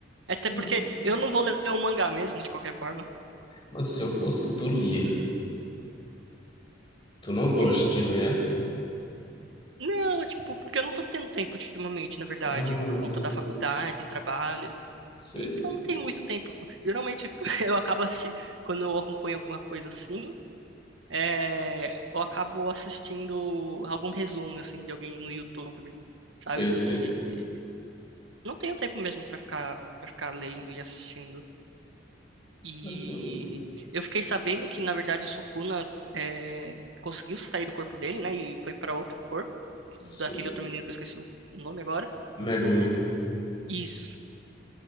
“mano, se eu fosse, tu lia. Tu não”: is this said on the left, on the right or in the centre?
Left